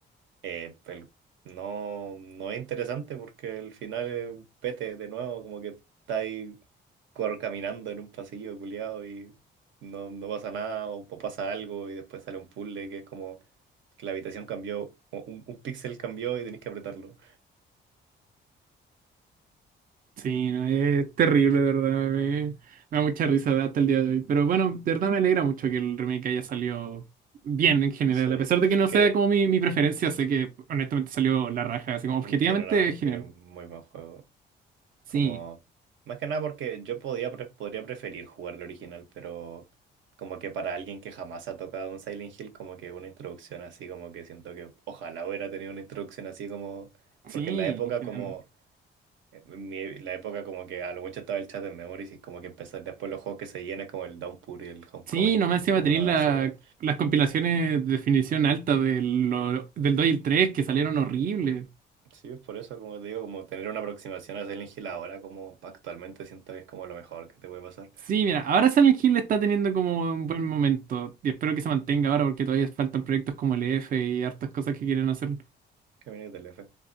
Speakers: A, on the right; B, on the right.
A: eh, el- no, no es interesante porque el final es pete de nuevo, como que está ahí cor- caminando en un pasillo culiado y no, no pasa nada o, o pasa algo y después sale un puzzle que es como que la habitación cambió, o un, un píxel cambió y tenés que apretarlo.
B: sí, no, es terrible, de verdad, me, me da mucha risa hasta el día de hoy, pero bueno, de verdad me alegra mucho que el remake haya salido bien en general,
A: Sí,
B: a pesar de que no
A: que
B: sea como mi, mi preferencia, sé que honestamente salió la raja, así
A: mm,
B: como objetivamente
A: generalmente
B: genial,
A: es un muy buen juego.
B: sí,
A: Como, más que nada porque yo podía, pre- podría preferir jugar el original, pero como que para alguien que jamás ha tocado un Silent Hill, como que una introducción así, como que siento que ojalá hubiera tenido una introducción así como, porque
B: sí,
A: en la época
B: en general.
A: como, en mi- la época como que a lo mucho estaba el chat en Memories y como que empecé después los juegos que se llenan como el Downpour y el Homecoming,
B: Sí, nomás
A: que son
B: se
A: como
B: va a tener
A: una
B: la-
A: basura.
B: las compilaciones de definición alta del, lo- del 2 y el 3 que salieron horribles.
A: Sí, es por eso, como te digo, como tener una aproximación a Silent Hill ahora, como actualmente siento que es como lo mejor que te puede pasar.
B: Sí, mira, ahora Silent Hill está teniendo como un buen momento y espero que se mantenga ahora porque todavía faltan proyectos como el EF y hartas cosas que quieren hacer.
A: Que viene del F,